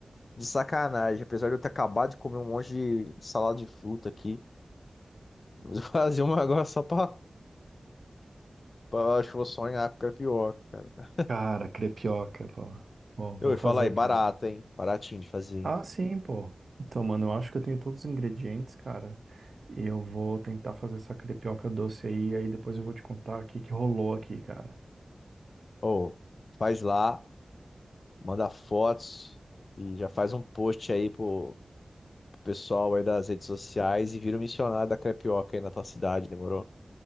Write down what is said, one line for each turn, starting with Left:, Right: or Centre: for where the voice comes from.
Left: de sacanagem. Apesar de eu ter acabado de comer um monte de, de salada de fruta aqui. Mas eu <laughs> fazer uma agora só pra, pra acho que eu vou sonhar com crepioca, cara.
Right: Cara, crepioca, pô. Bom,
Left: Eu
Right: vou
Left: ia
Right: fazer,
Left: falar aí, barata,
Right: cara.
Left: hein? Baratinho de fazer, hein?
Right: Ah, sim, pô. Então, mano, eu acho que eu tenho todos os ingredientes, cara. E eu vou tentar fazer essa crepioca doce aí, aí depois eu vou te contar o que que rolou aqui, cara.
Left: Ô, faz lá. manda fotos e já faz um post aí pro, pro pessoal aí das redes sociais e vira um missionário da crepioca aí na tua cidade, demorou?